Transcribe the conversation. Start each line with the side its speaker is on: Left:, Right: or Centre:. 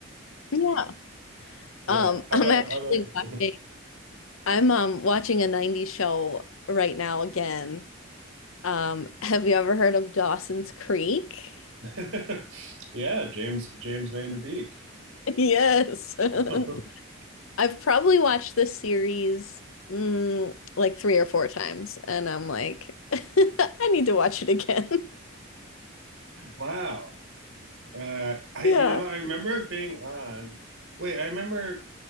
Left: Yeah.
Right: Yeah,
Left: Um,
Right: how
Left: I'm
Right: about
Left: actually
Right: how
Left: watching I'm um watching a 90s show right now again. Um, <laughs> have you ever heard of Dawson's Creek? <laughs>
Right: about <laughs> yeah, James James Van Der Beek.
Left: Yes.
Right: <laughs>
Left: <laughs> I've probably watched this series mm, like three or four times, and I'm like, <laughs> I need to watch it again. <laughs>
Right: Wow. Uh, I
Left: Yeah.
Right: you know I remember being on. Wait, I remember